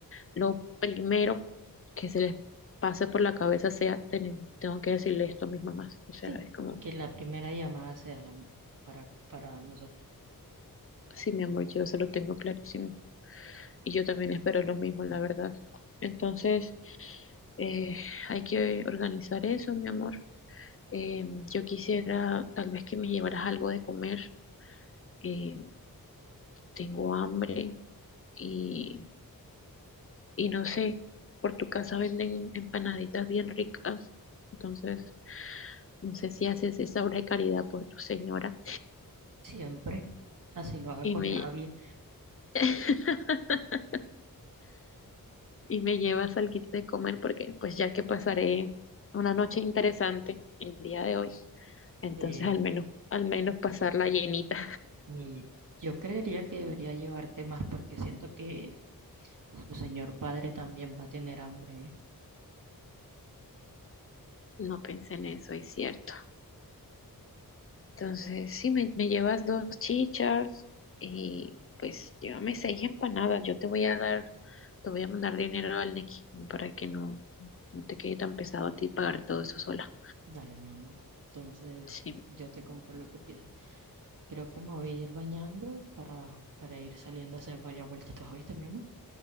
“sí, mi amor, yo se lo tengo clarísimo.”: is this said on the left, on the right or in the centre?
Left